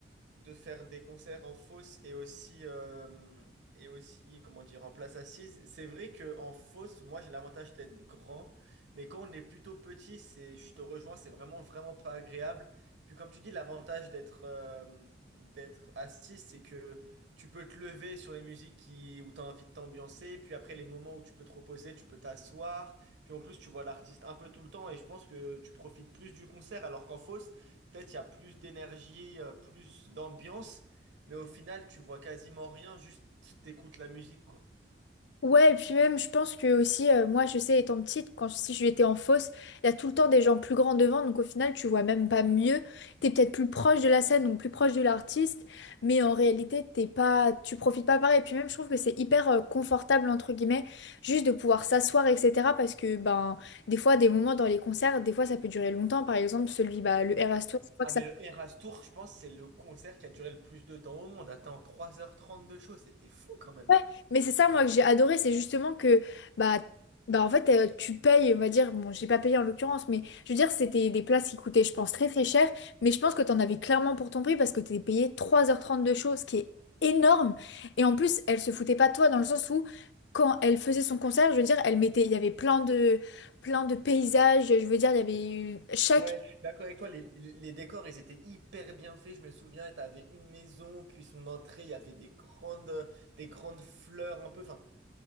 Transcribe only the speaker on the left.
Ouais, et puis même, je pense que aussi, euh, moi, je sais, étant petite, quand si j'étais en fosse, il y a tout le temps des gens plus grands devant, donc au final, tu vois même pas mieux. T'es peut-être plus proche de la scène, donc plus proche de l'artiste, mais en réalité, t'es pas, tu profites pas pareil. Et puis même, je trouve que c'est hyper euh, confortable, entre guillemets, juste de pouvoir s'asseoir, etc. Parce que, ben, des fois, des moments dans les concerts, des fois, ça peut durer longtemps. Par exemple, celui, bah, le Eras Tour, je crois
que
ça
Ouais, mais c'est ça moi que j'ai adoré, c'est justement que bah bah en fait euh, tu payes, on va dire, bon j'ai pas payé en l'occurrence, mais je veux dire c'était des places qui coûtaient je pense très très cher, mais je pense que t'en avais clairement pour ton prix parce que t'es payé trois heures trente de show, ce qui est énorme. Et en plus elle se foutait pas de toi dans le sens où quand elle faisait son concert, je veux dire elle mettait, il y avait plein de plein de paysages, je veux dire il y avait eu- chaque